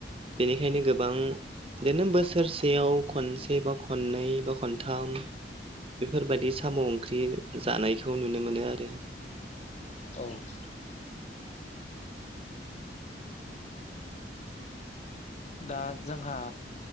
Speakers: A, on the right (about 30°); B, on the left (about 40°).
A: बेनिखायनो गोबां इदिनो बोसोरसेयाव खनसे बा खननै बा खनथाम बेफोरबायदि साम' ओंख्रि जानायखौ नुनो मोनो आरो।
B: औ दा जोंहा